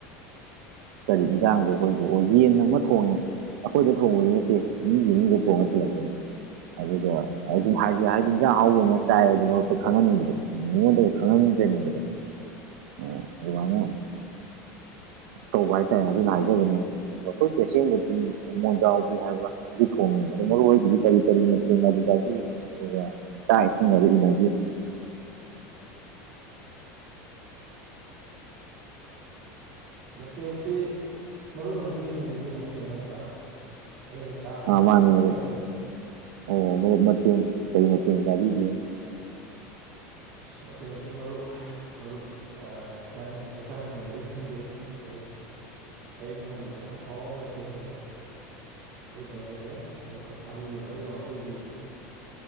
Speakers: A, on the right; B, on the right.
A: ꯀꯔꯤ ꯏꯟꯖꯥꯡꯗꯣꯈꯣꯏꯗꯣ ꯌꯦꯟ ꯑꯃ ꯊꯣꯡꯉꯦ ꯑꯩꯈꯣꯏꯗ ꯊꯣꯡꯕꯗꯤ ꯅꯠꯇꯦ ꯃꯤꯒꯤ ꯃꯅꯨꯡꯗꯗ ꯊꯣꯡꯉ ꯊꯤꯜꯂꯛꯄꯅꯤ ꯑꯗꯨꯒ ꯍꯥꯏꯗꯤ ꯍꯥꯏꯗꯤ ꯌꯦꯟꯖꯥꯡ ꯑꯍꯥꯎꯕ ꯑꯃ ꯆꯥꯏ ꯑꯗꯨ ꯃꯔꯛꯇ ꯈꯪꯍꯟꯅꯤꯡꯕꯗꯣ ꯑꯗꯨ ꯃꯤꯉꯣꯟꯗ ꯈꯪꯍꯟꯅꯤꯡ ꯎ ꯑꯗꯨꯗꯤ ꯋꯥꯉꯣ ꯇꯧꯕ ꯍꯥꯏꯇꯥꯔꯦ ꯑꯗꯨꯅ ꯍꯥꯏꯖꯕꯅꯦ ꯑꯗꯨ ꯑꯩꯈꯣꯏ ꯇꯁꯦꯡꯗꯗꯤ ꯃꯣꯏꯗꯥꯎꯕꯤ ꯍꯥꯏꯕ ꯍꯥꯏꯗꯤ ꯃꯔꯨꯑꯣ ꯑꯣꯏꯗꯤ ꯀꯔꯤ ꯀꯔꯤ ꯃꯇꯦꯡ ꯆꯥꯕꯤ ꯑꯗꯨꯒ ꯇꯥꯏꯁꯔꯤꯅ
B: ꯃꯊꯦꯜꯁꯤ ꯃꯔꯨꯞꯅ ꯍꯧꯖꯤꯛ ꯍꯪꯕꯤꯗꯨ ꯃꯊꯦꯜ ꯅꯠꯇ꯭ꯔꯥ ꯑꯩꯅ ꯇꯥꯕꯗ
A: ꯑ
B: ꯈꯤꯇꯪ
A: ꯃꯥꯅꯤ
B: ꯇꯞꯊꯈ꯭ꯔꯕ
A: ꯃꯔꯨꯞ ꯑꯣ ꯃꯊꯦꯜ ꯀ <unintelligible>
B: ꯑꯁ ꯃꯊꯦꯜꯁꯤ ꯃꯔꯨꯞ ꯃꯔꯨꯞ ꯆꯥꯅꯤꯡꯕꯗ ꯆꯥꯅꯤꯡꯕꯅꯗꯤ ꯈꯪꯗꯦ ꯑꯩ
A: <inaudible>
B: ꯑꯩ ꯑꯩꯉꯣꯟꯗꯗꯤ ꯌꯥꯝ ꯍꯥꯎꯕ ꯃꯊꯦꯅꯦ ꯃꯔꯨꯄ ꯑꯩ ꯄꯟꯖꯒꯦ ꯇꯥꯕꯤꯈ꯭ꯔꯕ ꯌꯦꯡꯉꯣ ꯑꯩꯈꯣꯏꯒꯤ